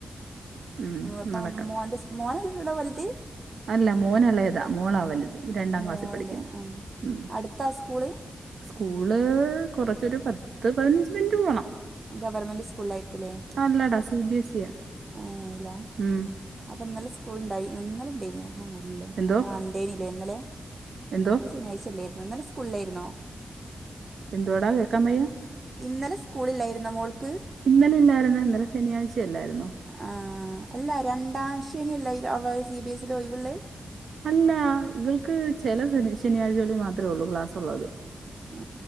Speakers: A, on the right; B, on the right.
A: ഉം
B: ഇപ്പ
A: നടക്കാം
B: മോന്റെ മോനല്ലട വൽത്
A: അല്ല മോന ഇളയതാ മോളാ വലുത് രണ്ടാം
B: മോളില്ലേ
A: ക്ലാസ്സിൽ പഠിക്കുന്ന
B: ആ
A: ഉ
B: അടുത്താ സ്കൂള്
A: സ്കൂള് കൊറച്ചൊരു പത്ത് പതിനഞ്ച് മിനിറ്റ് പോണം
B: ഗവൺമെന്റ് സ്കൂളായിരിക്കല്ലേ
A: അല്ലടാ സി ബി എസ് ഇയാ
B: ഏ അയില
A: ഉം
B: അപ്പൊ ഇന്നലെ സ്കൂൾ ഉണ്ടായിഇന്നലെ ഇണ്ടായിനോ? അല്ലേ
A: എന്തോ
B: ആ ഇണ്ടേയ്നില്ലേ ഇന്നലെ
A: എന്തോ
B: ശനിയാഴ്ച ഇല്ലായ്ര്ന്നോ. ഇന്നലെ സ്കൂളില്ലായിരുന്നോ?
A: എന്ത് വാടാ കേൾക്കാം വയ്യ.
B: ഇന്നലെ സ്കൂളിലായിരുന്നോ മോൾക്ക്?
A: ഇന്നലെ ഇല്ലായിര്ന്ന്, ഇന്നലെ ശനിയാഴ്ചല്ലായിരുന്നോ.
B: ആ അല്ല രണ്ടാം ശനി അല്ല, സി ബി എസ്സിൽഒഴിവില്ലേ.
A: അല്ല ഇവർക്ക് ചില ശനിയാഴ്ചകളിൽ മാത്രമേ ഉള്ളൂ ക്ലാസ് ഉള്ളത്.
B: ഏ